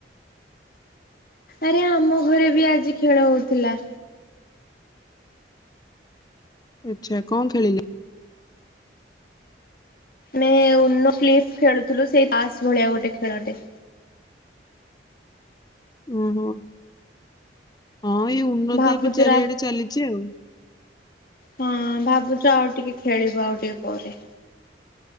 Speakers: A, on the left; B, on the left.
A: ଆରେ ଆମ ଘରେ ବି ଆଜି ଖେଳ ହଉଥିଲା।
B: ଆଚ୍ଛା। କଣ ଖେଳିଲେ?
A: ମାନେ <unintelligible> ଖେଳୁଥିଲୁ, ସେଇ ତାସ ଭଳିଆ ଗୋଟେ ଖେଳଟେ।
B: ଓହୋ। ହଁ ଏଇ ଉନତ
A: ଭାବୁଛୁ
B: ଏବେ ଚାରିଆଡେ
A: ରା
B: ଚାଲିଛି ଆଉ।
A: ହଁ ଭାବୁଛୁ ଆଉ ଟିକେ ଖେଳିବୁ ଆଉ ଟିକେ ପରେ।